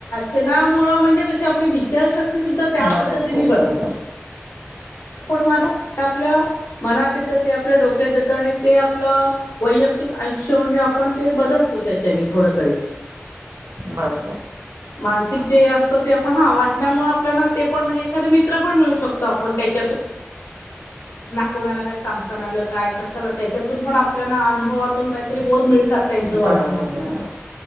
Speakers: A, on the left; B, on the right.
A: सणामुळं म्हणजे कशी आपली विचारशक्ती सुद्धा त्या
B: बदलते
A: पद्धतीने बनते
B: बरोबर
A: पण माझ्या <unintelligible> मनात येत ते आपल्या डोक्यात येतं आणि ते आपलं वैयक्तिक आयुष्य म्हणजे आपण ते बदलतो त्याच्याने थोडं तरी
B: बरोबर <unintelligible>
A: मानसिक जे असतं ते आपण हा वाचनामुळे आपल्याला ते पण म्हणजे एखाद मित्र पण मिळू शकतो आपणाला त्याच्यात कोणाला काय सांगताना आलं काय <unintelligible> तर चला त्याच्यातून पण आपल्याला अनुभवातून काय री बोध मिळतात त्यांच <unintelligible> वाचून
B: बरोबर
A: आपल्याला
B: बरोबर